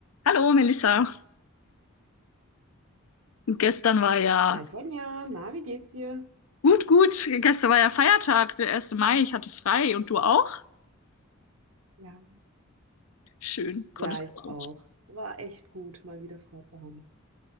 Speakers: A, on the left; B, on the right.
A: Hallo Melissa. Gestern war ja
B: Hi Svenja, na, wie geht's dir?
A: gut, gut. Gestern war ja Feiertag, der erste Mai. Ich hatte frei und du auch?
B: Ja,
A: Schön, konntest
B: Ja, ich
A: du auch.
B: auch. War echt gut, mal wieder frei zu haben.